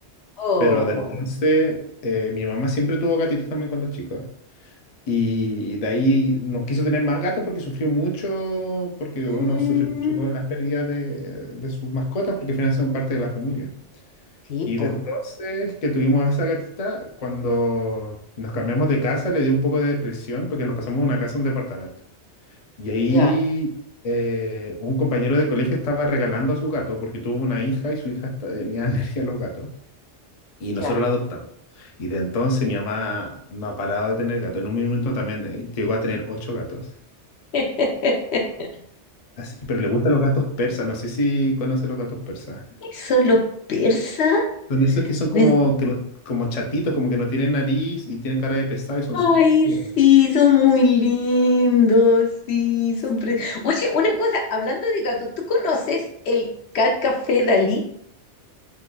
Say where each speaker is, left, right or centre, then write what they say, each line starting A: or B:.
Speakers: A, on the left (about 70°); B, on the left (about 45°).
A: Oh.
B: Pero de entonces, eh, mi mamá siempre tuvo gatitos también cuando chico. Y de ahí no quiso tener más gatos porque sufrió mucho, porque
A: Mm,
B: uno sufre mucho con las pérdidas de, de sus mascotas, porque al final son parte de la familia.
A: sí,
B: Y
A: pues,
B: de entonces que tuvimos a esa gatita, cuando nos cambiamos de casa, le dio un poco de depresión porque nos pasamos de una casa a un departamento. Y ahí
A: ya,
B: eh, un compañero de colegio estaba regalando a su gato porque tuvo una hija y su hija esta- tenía <laughs> alergia a los gatos y nosotros
A: ya.
B: la adoptamos. Y de entonces mi mamá no ha parado de tener gatos. En un momento también eh, llegó a tener ocho gatos.
A: <laughs>
B: Así- pero le gustan los gatos persas. No sé si conoce los gatos persas.
A: Son los persas.
B: Son esos que son como,
A: Me-
B: que no- como chatitos, como que no tienen nariz y tienen cara de pesado y son súper...
A: Ay,
B: peludos.
A: sí, son muy lindos, sí,
B: Sí.
A: son pre- Oye, una cosa, hablando de gatos, ¿tú conoces el Cat Café Dalí?